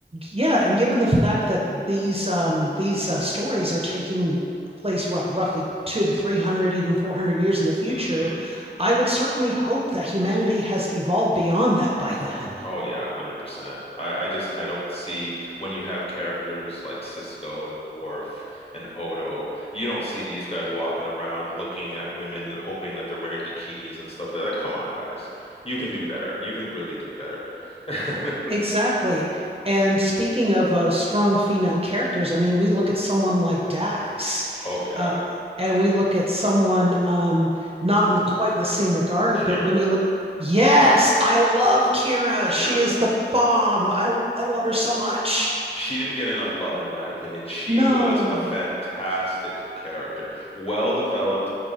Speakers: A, on the right (about 30°); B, on the left (about 30°).
A: Yeah, and given the fact that these um, these uh, stories are taking place ru- roughly two to three hundred, even four hundred years in the future,
B: hmm
A: I would certainly hope that humanity has evolved beyond that by then.
B: Oh yeah, 100%. I, I just I don't see when you have characters like Cisco and Worf and Odo, you don't see these guys walking around looking at women hoping that they're wearing bikinis and stuff like that. Come on, guys. You can do better. You can really do better. <laughs>
A: Exactly. And speaking of uh, strong female characters, I mean, we look at someone like Dax,
B: Oh yeah.
A: uh, and we look at someone um, not in the, quite in the same regard,
B: Kira.
A: but when you look, yes, I love Kira.
B: Kira.
A: She is the bomb. I I love her so much.
B: She didn't get enough love, in my opinion. She
A: No.
B: was a fantastic character, well developed,